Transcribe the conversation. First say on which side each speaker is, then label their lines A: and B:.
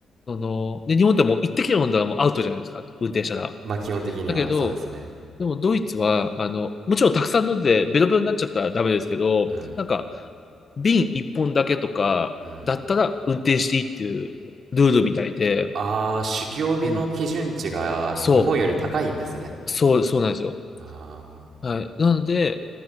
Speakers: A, on the left; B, on the right.
A: あの、で、日本でも一滴飲んだらもうアウトじゃないですか。運転したら。
B: <laughs> まあ基本的にはそうですね。
A: だけど、でもドイツは、あの、もちろんたくさん飲んでベロベロになっちゃったらダメですけど、
B: うん、
A: なんか瓶一本だけとかだったら運転していいっていうルールみたいで、
B: うん。ああ、酒気帯びの基準値が日本より高いんですね。
A: うん。そう、そう、そうなんですよ。
B: あ
A: はい。なので、